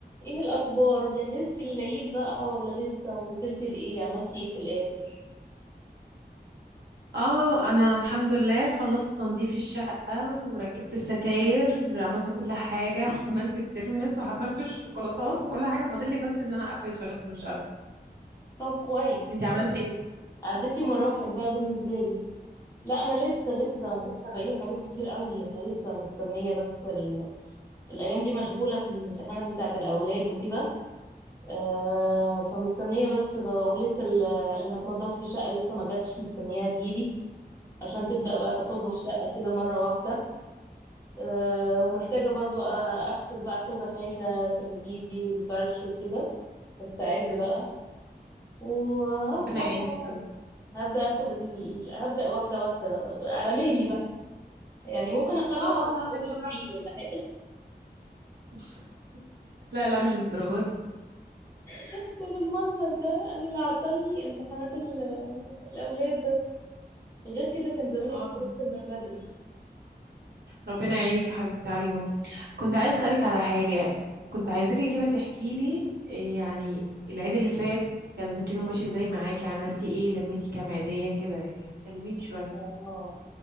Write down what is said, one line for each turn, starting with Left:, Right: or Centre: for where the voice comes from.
Left: ايه الاخبار جهزتي للعيد بقى ولا لسه وصلتي لايه عملتي ايه في الاخر
Right: اه انا الحمد لله خلصت تنظيف الشقة وركبت الستاير عملت كل حاجة <laughs> وعملت الترمس وحضرت الشوكولاتات وكل حاجة فاضل لي بس ان انا اقفش بس مش اكتر
Left: طب كويس
Right: انت
Left: انت
Right: عملتي ايه
Left: عديتي مراحل بقى بالنسبه لي لا انا لسه لسه لسه بقالي حاجات كتير قوي انا لسه مستنيه بس ال... الايام دي مشغوله في الامتحانات بتاعه الاولاد وكده آه فمستنيه بس ب... ولسه ال- اللي هتنضف لي الشقه لسه ما جاتش مستنياها تجيلي عشان تبدا بقى تاخد لي
Right: اه
Left: الشقه كده مره واحده أه ومحتاجة برضو آه، أغسل بقى كذا حاجة سجاجيدي والفرش وكده أستعد بقى وهو
Right: ربنا
Left: واحدة
Right: يعينك
Left: واحدة
Right: يا حبيبتي
Left: هبدأ أخد ال... هبدأ واحدة واحدة على مهلي بقى يعني ممكن أخلص
Right: اه
Left: على
Right: وانا واحد
Left: أول
Right: وانا
Left: يوم عيد ولا حاجة
Right: واحد. لا لا مش للدرجة دي
Left: <laughs> ما بالمنظر ده أنا اللي عطلني امتحانات ال... الأولاد بس غير كده كان زماني
Right: اه
Left: خلصت
Right: رب-
Left: من بدري
Right: ربنا يعينك يا حبيبتي عليهم كنت عايزة اسألك على حاجة كنت عايزاكي كده تحكي لي إيه، يعني العيد اللي فات كان روتينه ماشي ازاي معاكي عملتي ايه لميتي كام عيدية كده يعني كلميني شوية
Left: اه